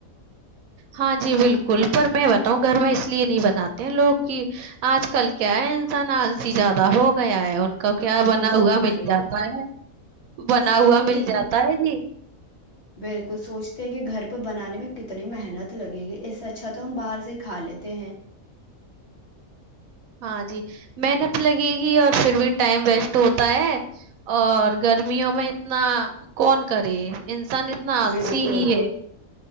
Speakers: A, on the right (about 75°); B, on the left (about 50°).
A: ہاں جی بالکل پر میں بتاؤں گھر میں اس لیے نہیں بناتے ہیں لوگ کہ آج کل کیا ہے انسان آلسی زیادہ ہوگا گیا ہے ان کا
B: صحیح
A: کیا بنا
B: فرما
A: ہوا مل
B: رہی
A: جاتا ہے بنا
B: سوچتے
A: ہوا مل
B: کہ
A: جاتا ہے جی
B: بالکل سوچتے کہ گھر پہ بنانے میں کتنی محنت لگے گی اس سے اچھا تو ہم باہر سے کھا لیتے ہیں
A: ہاں جی محنت لگے گی اور پھر بھی ٹائم ویسٹ ہوتا ہے اور گرمیوں میں اتنا کون کرے انسان اتنا آلسی
B: بالکل
A: ہی ہے